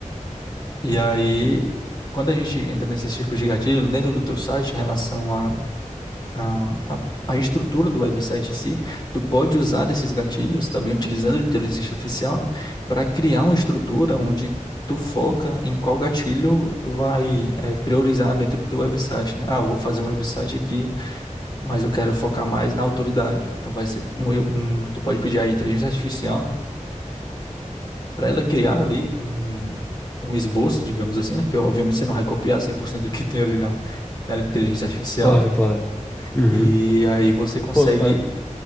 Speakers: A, on the left; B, on the left.
A: E aí, quando a gente entra nesses tipos de gatilho, dentro do teu site, em relação a, a, a estrutura do website em si, tu pode usar desses gatilhos, também utilizando a inteligência artificial, né, para criar uma estrutura onde tu foca em qual gatilho tu vai eh, priorizar dentro do teu website, né? Ah, eu vou fazer um website aqui, mas eu quero focar mais na autoridade. Então vai ser um, um- tu pode pedir a inteligência artificial, né, para ela criar ali um um esboço, digamos assim, né? Que obviamente você não vai copiar 100% do que tem ali na, na inteligência artificial,
B: Claro, claro. Uhum.
A: e aí você consegue
B: Pô, tá.